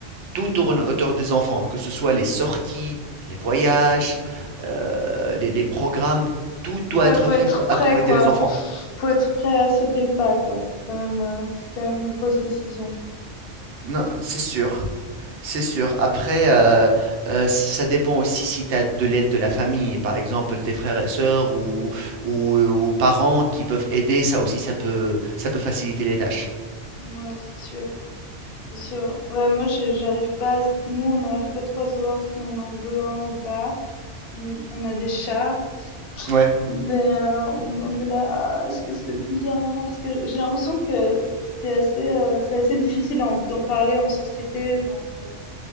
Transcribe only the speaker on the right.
Tout tourne
autour des enfants, que ce soit les sorties, les voyages, heu, les les programmes, tout doit
être
fait
pour
accommoder
les enfants.
Non, c'est sûr. C'est sûr. Après, euh, euh, ça dépend aussi si tu as de l'aide de la famille, par exemple des frères et sœurs ou, ou, euh, ou parents qui peuvent aider, ça aussi, ça peut, ça peut faciliter les tâches.
Ouais,